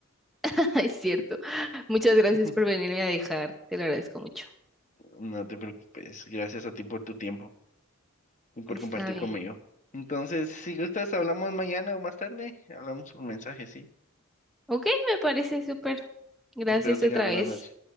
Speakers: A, in the centre; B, on the left.
A: <laughs> Es cierto. Muchas gracias
B: <laughs>
A: por venirme a dejar. Te lo agradezco mucho.
B: No te preocupes. Gracias a ti por tu tiempo y por
A: Está
B: compartir
A: bien.
B: conmigo. Entonces, si gustas, hablamos mañana o más tarde. Hablamos por mensaje, sí.
A: Ok, me parece súper. Gracias
B: Espero tengas
A: otra
B: buena
A: vez.
B: noche.